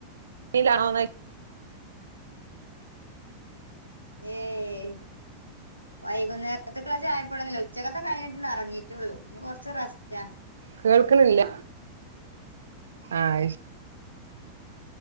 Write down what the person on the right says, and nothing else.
<inaudible>
കേൾക്കണില്ല ആയി